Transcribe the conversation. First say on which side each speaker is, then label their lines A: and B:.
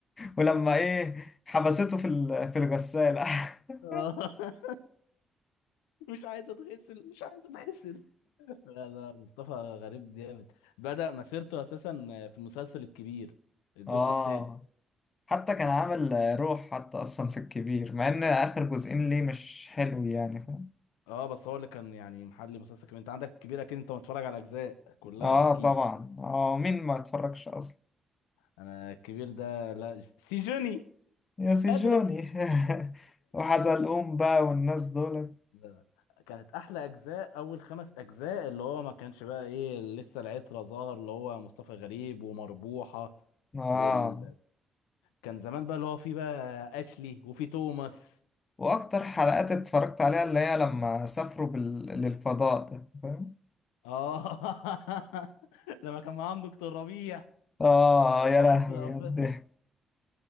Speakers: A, on the left; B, on the left.
A: ولما ايه حبسته في ال- في الغسالة <laughs>
B: <laughs> آه. مش عايز اتغسل مش عايز اتغسل لا لا مصطفى غريب جامد بدأ مسيرته اساسا في المسلسل الكبير الجزء
A: اه
B: السادس
A: حتى كان
B: انت
A: عامل
B: اكيد
A: روح حتى اصلا في الكبير مع ان اخر جزئين ليه مش حلو يعني فاهم
B: اه بس هو اللي كان يعني محلي مسلسل كبير انت عندك الكبير اكيد انت متفرج على اجزاء كلها
A: اه
B: اكيد
A: طبعا اه مين ما اتفرجش اصلا
B: انا الكبير ده لا ج- سيجوني
A: يا سيجوني
B: هدري <laughs>
A: <laughs> وحزلقوم بقى والناس دول
B: لا لا كانت احلى اجزاء اول خمس اجزاء اللي هو ما كانش بقى ايه لسه العترة ظاهر اللي هو مصطفى غريب ومربوحة
A: اه
B: وال... كان زمان بقى اللي هو في بقى اشلي وفي توماس
A: واكتر حلقات اتفرجت عليها اللي هي لما سافروا بال... للفضاء ده فاهم
B: اه <laughs> لما كان معاهم دكتور ربيع
A: اه يا
B: واشرف
A: لهوي يا الضحك
B: <laughs>